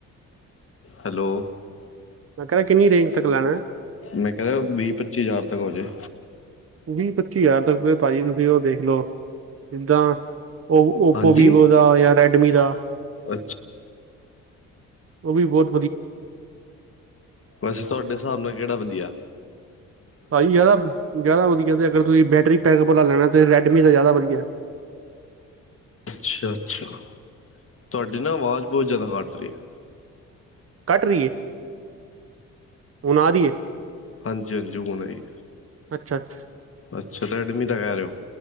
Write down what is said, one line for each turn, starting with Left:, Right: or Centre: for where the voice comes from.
Left: ਹੈਲੋ।
Right: ਮੈਂ ਕੇਹ ਰੇਆ ਕਿੰਨੀ ਰੇਂਜ ਤੱਕ ਲੈਣਾ ਏ?
Left: ਮੈਂ ਕੇਹ ਰੇਆ ਵੀਹ, ਪੱਚੀ ਹਜ਼ਾਰ ਤੱਕ ਹੋ ਜੇ।
Right: ਵੀਹ, ਪੱਚੀ ਯਾਰ ਤੱਕ ਭਾਜੀ ਤੁਸੀਂ ਉਹ ਦੇਖ ਲੋ, ਜਿੱਦਾਂ ਔ, ਔਪੋ,
Left: ਹਾਂਜੀ
Right: ਵਿਵੋ ਦਾ, ਯਾ ਰੈਡਮੀ ਦਾ।
Left: ਅੱਛਾ
Right: ਔਹ ਵੀ ਬੋਤ
Left: ਵੈਸੇ ਤੁਆਡੇ ਸਾਬ ਨਾਲ ਕੇਹੜਾ ਵਦੀਆ ਐ?
Right: ਭਾਜੀ ਯਾਦਾ, ਜਾਦਾ ਵਦੀਆ ਤੇ ਅਗਰ ਤੁਸੀਂ ਬੈਟਰੀ ਬੈਕਅਪ ਆਲਾ ਲੈਣਾ, ਤੇ ਰੈਡਮੀ ਦਾ ਯਾਦਾ ਵਦੀਆ ਐ।
Left: ਅੱਛਾ-ਅੱਛਾ, ਤੁਆਡੀ ਨਾ ਵਾਜ ਬੋਤ ਜਾਦਾ ਫੱਟ ਰਈ ਐ।
Right: ਕੱਟ ਰਈ ਏ, ਹੁਣ ਆ ਰੀਏ?
Left: ਹਾਂਜੀ-ਹਾਂਜੀ, ਹੁਣ ਆਈ ਏ,
Right: ਅੱਛਾ ਅੱਛਾ
Left: ਅੱਛਾ, ਰੈਡਮੀ ਦਾ ਕੇਹ ਰਏ ਔ?